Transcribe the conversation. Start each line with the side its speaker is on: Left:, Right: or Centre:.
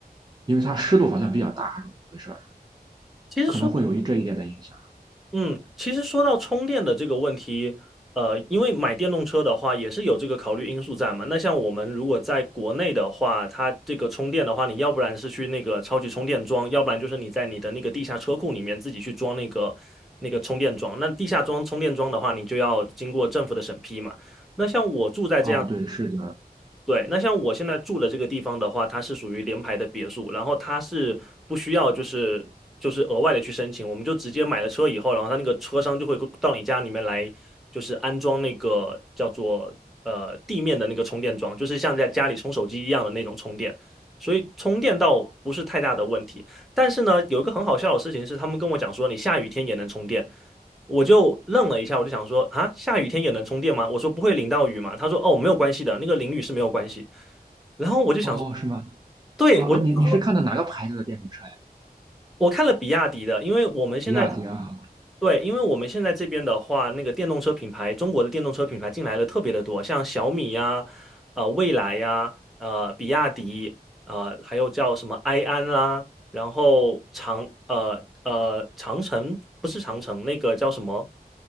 Right: 因为它湿度好像比较大，还是怎么回事儿？
Centre: 其实说
Right: 可能会有一这一点的影响。
Centre: 嗯，其实说到充电的这个问题，呃，因为买电动车的话也是有这个考虑因素在嘛。那像我们如果在国内的话，它这个充电的话，你要不然是去那个超级充电桩，要不然就是你在你的那个地下车库里面自己去装那个那个充电桩。那地下装充电桩的话，你就要经过政府的审批嘛。那像我住在这样
Right: 哦，对，是的。
Centre: 对，那像我现在住的这个地方的话，它是属于联排的别墅，然后它是不需要就是就是额外的去申请，我们就直接买了车以后，然后它那个车商就会到你家里面来，就是安装那个叫做呃地面的那个充电桩，就是像在家里充手机一样的那种充电，所以充电倒不是太大的问题。但是呢，有一个很好笑的事情是，他们跟我讲说，你下雨天也能充电。我就愣了一下，我就想说啊，下雨天也能充电吗？我说不会淋到雨嘛。他说哦，没有关系的，那个淋雨是没有关系。然后我就想说，
Right: 哦，是吗？
Centre: 对，
Right: 哦，
Centre: 我就想说
Right: 你你是看的哪个牌子的电动车呀？
Centre: 我看了比亚迪的，因为我们现在
Right: 比亚迪啊，
Centre: 对，因为我们现在这边的话，那个电动车品牌，中国的电动车品牌进来的特别的多，像小米呀、呃蔚来呀、呃比亚迪，呃还有叫什么埃安啦，然后长呃呃长城不是长城，那个叫什么？